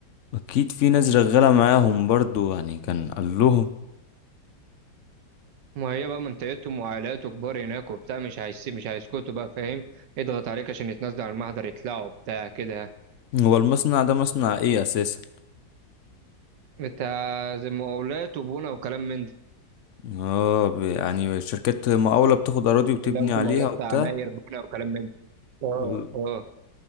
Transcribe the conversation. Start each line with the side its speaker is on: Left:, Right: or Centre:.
Left: اكيد في ناس شغالة معاهم برضو يعني كان قال لهم
Right: ما هي بقى منطقتهم وعائلاته كبار هناك وبتاع مش هيسيب مش هيسكتوا بقى فاهم يضغط عليك عشان يتنازلوا عن المحضر يطلعوا بتاع كده يعني
Left: هو المصنع ده مصنع ايه اساسا
Right: انت زي مقاولات وبنا وكلام من ده
Left: اه ب- يعني شركات مقاولة بتاخد أراضي وتبني
Right: اللي ياخدوا
Left: عليها
Right: مقاولات
Left: وبتاع
Right: عماير بنا وكلام من ده اه
Left: وال-
Right: اه